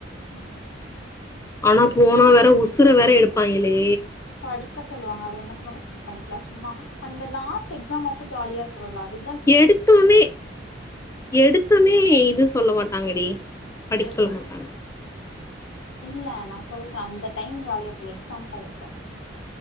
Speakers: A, on the left; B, on the left.
A: ம்
B: ஆனா போனா வேற உசுர வேற எடுப்பாங்கிளே
A: படிக்க சொல்லுவாங்க அது ஒன்னத்த மட்டு ஸ்கிப் பண்ணிக்கலா சும்மா அந்த லாஸ்ட் எக்ஸாம் அப்ப ஜாலியா இருக்கறோம்ல அது
B: எடுத்தோனே எடுத்தோனே இது சொல்ல மாட்டாங்கடி படிக்க
A: நேத்து
B: சொல்ல மாட்டாங்க
A: இல்ல நா சொல்ற அந்த டைம் ஜாலியா இருக்குல எக்ஸாம் டைம்ல